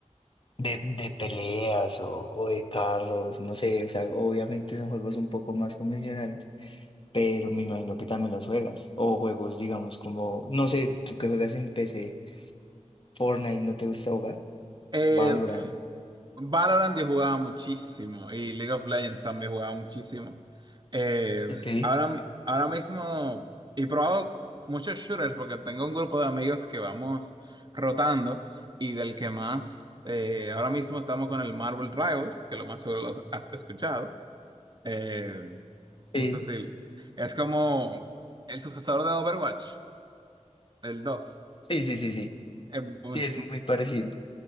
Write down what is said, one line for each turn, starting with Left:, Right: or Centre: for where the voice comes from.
Left: de, de peleas o, o de carros? No sé, o sea, obviamente son juegos un poco más convencionales, pero me imagino que también los juegas. O juegos, digamos, como, no sé, tú que juegas en P C Fortnite, ¿no te gusta jugar?
Right: Eh,
Left: Valorant.
Right: pf, Valorant yo jugaba muchísimo y League of Legends también jugaba muchísimo. Eh,
Left: Ok.
Right: ahora, mi- ahora mismo he probado muchos shooters porque tengo un grupo de amigos que vamos rotando y del que más, eh, ahora mismo estamos con el Marvel Rivals, que lo más seguro los has escuchado. Eh, no
Left: Sí,
Right: sé si es como el sucesor de Overwatch, el 2.
Left: sí, sí, sí, sí.
Right: Eh, Muy,
Left: Sí, es muy parecido.